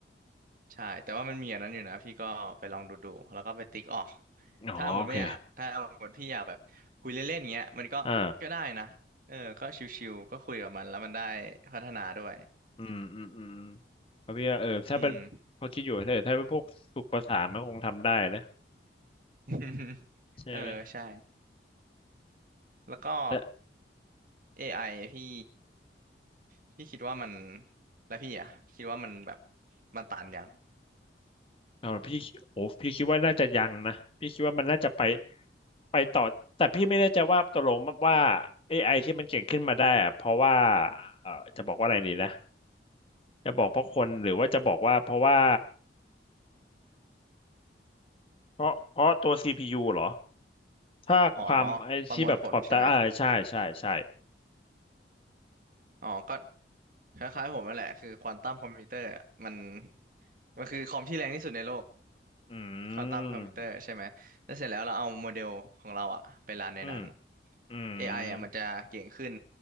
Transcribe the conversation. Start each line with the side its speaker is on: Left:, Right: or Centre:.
Right: ใช่แต่ว่ามันมีอันนั้นอยู่นะพี่ก็ไปลองดูดูแล้วก็ไปติ๊กออก
Left: อ๋อโอเค
Right: ถ้าหมดไม่อยากถ้าหมดพี่อยากแบบคุยเล่นๆเงี้ยมันก็ก็ได้นะเออก็ชิวๆก็คุยกับมันแล้วมันได้
Left: อ่า
Right: พัฒนาด้วย
Left: อืมอืมอืมเพราะพี่ว่าเออถ้าเป็นพอคิดอยู่ถ้าถ้าเป็นพวกฝึกภาษามันคงทำได้นะ
Right: อืม <laughs>
Left: ใช่ไหม
Right: เออใช่แล้วก็
Left: แต่
Right: AI พี่พี่คิดว่ามันแล้วพี่อ่ะคิดว่ามันแบบมันตันยัง
Left: เอาพี่โอ้พี่คิดว่าน่าจะยังนะพี่คิดว่ามันน่าจะไปไปต่อแต่พี่ไม่แน่ใจว่าตกลงว่าเอไ i ที่มันเก่งขึ้นมาได้อะเพราะว่าเออจะบอกว่าอะไรดีนะจะบอกเพราะคนหรือว่าจะบอกว่าเพราะว่าเพราะเพราะตัวซี p ูเหรอถ้าความไอ้ที่แบบความตาอ่าใช่ใช่ใช่
Right: อ๋อประมวลผลใช่ไหมอ๋อก็คล้ายๆผมนั่นแหละคือควอนตัมคอมพิวเตอร์มันมันคือคอมที่แรงที่สุดในโลก
Left: อืม
Right: ควอนตัมคอมพิวเตอร์ใช่ไหมแล้วเสร็จแล้วเราเอาโมเดลของเราอ่ะไปรันในนั้น
Left: อืมอื
Right: AI อไออะมันจะเก่งขึ้น
Left: ม